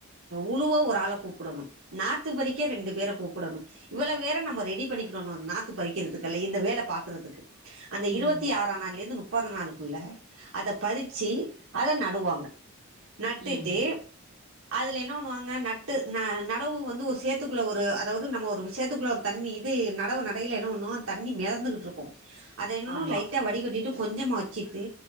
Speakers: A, on the right (about 65°); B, on the right (about 45°).
A: உழுவ ஒரு ஆள கூப்புடணு நாத்து பறிக்க ரெண்டு பேர கூப்புடணும் இவ்வள பேற நம்ம ரெடி பண்ணிக்கணும்ணு நாத்து பறிக்கிறதுக்கல்ல இந்த வேல பாக்குறதுக்கு அந்த இருவத்தி
B: ம்
A: ஆறான் நாள்லேந்து நுப்பது நாளுக்குள்ள அத பறிச்சி அத நடுவாங்க நட்டுட்டு
B: ம்
A: அதுல என்ன பண்ணுவாங்க நட்டு ந நடவு வந்து ஒரு சேத்துக்குள்ள ஒரு அதாவ்து நம்ம ஒரு சேத்துக்குள்ள தண்ணி இது நடவு நடையில என்ன பண்ணோ தண்ணி மெதந்துகிட்டு இருக்கூ அதை என்னன்னோ
B: ஆமா
A: லைட்டா வடிகட்டிட்டு கொஞ்சமாகிட்டு